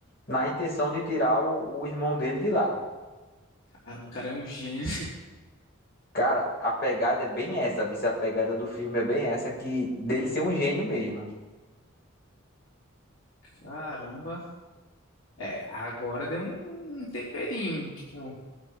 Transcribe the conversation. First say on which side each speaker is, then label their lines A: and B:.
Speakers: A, on the left; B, on the left.
A: na intenção de tirar o, o irmão dele de lá.
B: caramba, o cara é um gênio.
A: Cara, a pegada é bem essa, viu? A pegada do filme é bem essa, que dele ser um gênio mesmo.
B: Caramba. É, agora deu um, um temperinho, tipo.